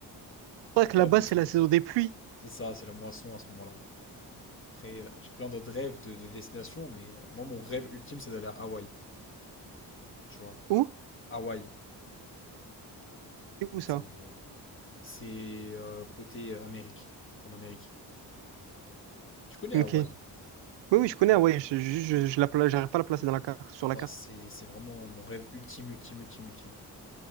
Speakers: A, on the right (about 85°); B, on the left (about 30°).
A: Je crois
B: C'est
A: que
B: pas
A: là-bas,
B: la bonne
A: c'est
B: saison.
A: la saison des pluies.
B: C'est ça, c'est la moisson à ce moment-là. Après, euh, j'ai plein d'autres rêves de, de destinations, mais euh, moi, mon rêve ultime, c'est d'aller à Hawaï, tu vois.
A: Où?
B: Hawaï.
A: C'est où
B: C'est
A: ça?
B: c'est, euh, côté euh, Amérique, en Amérique. Tu connais
A: Ok.
B: Hawaï?
A: Oui, oui, je connais Hawaï. Je, je, je, je la pla- j'arrive pas à la placer dans la carte, sur
B: Bah,
A: la carte.
B: c'est c'est vraiment mon rêve ultime, ultime, ultime, ultime.